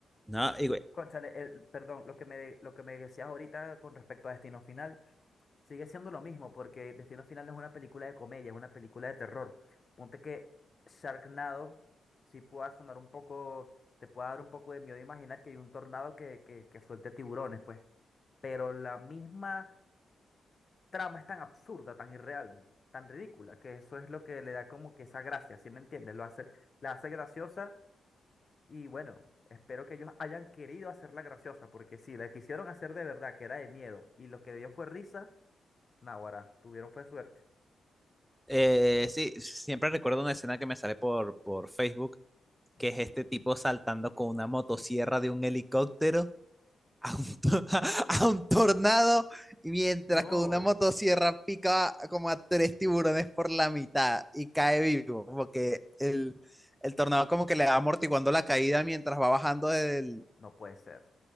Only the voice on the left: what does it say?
Cónchale, el- perdón, lo que me, de- lo que me decías ahorita con respecto a Destino Final sigue siendo lo mismo, porque Destino Final no es una película de comedia, es una película de terror. Ponte que Sharknado sí pueda sonar un poco, te pueda dar un poco de miedo imaginar que hay un tornado que, que, que suelte tiburones, pues. Pero la misma trama es tan absurda, tan irreal, tan ridícula, que eso es lo que le da como que esa gracia, ¿sí me entiendes? Lo hace, la hace graciosa y bueno, espero que ellos hayan querido hacerla graciosa, porque si la quisieron hacer de verdad, que era de miedo, y lo que dio fue risa, naguará, tuvieron fue suerte.
Ujú.
No,
no puede ser.